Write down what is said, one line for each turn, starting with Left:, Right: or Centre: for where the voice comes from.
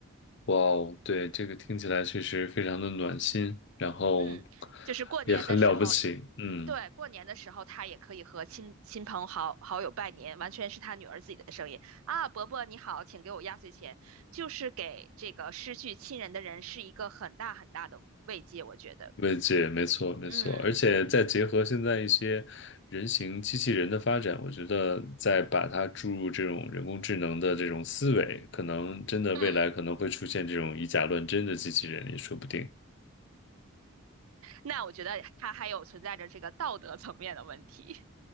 Left: 哇哦，对，这个听起来确实非常的暖心，然后
Right: 嗯，就是过年的时候，
Left: 也很了不起。嗯。
Right: 对，过年的时候他也可以和亲亲朋好好友拜年，完全是他女儿自己的声音啊，伯伯你好，请给我压岁钱，就是给这个失去亲人的人是一个很大很大的慰藉，我觉得。
Left: 慰藉，没错，没错，
Right: 嗯
Left: 而且再结合现在一些人形机器人的发展，我觉得再把它注入这种人工智能的这种思维，可能真的未来可能会出现这种以假乱真的机器人也说不定。
Right: 嗯，那我觉得它还有存在着这个道德层面的问题。